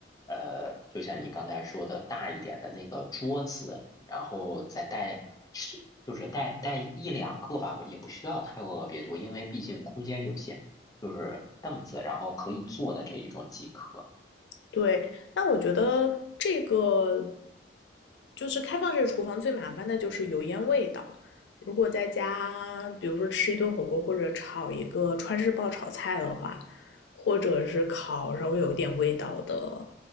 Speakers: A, on the left (about 20°); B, on the left (about 70°).
A: 呃，就像你刚才说的大一点的那个桌子，然后再带是就是带带一两个吧，也不需要太特别多，因为毕竟空间有限，就是凳子，然后可以坐的这一种即可。
B: 对，那我觉得这个就是开放式厨房最麻烦的就是油烟味道。如果在家，比如说吃一顿火锅或者炒一个川式爆炒菜的话，或者是烤稍微有一点味道的